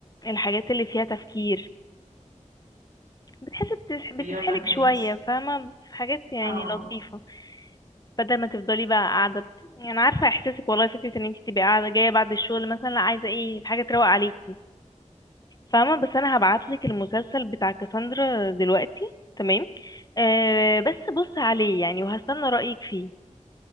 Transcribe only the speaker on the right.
ايوه فاهمك
اه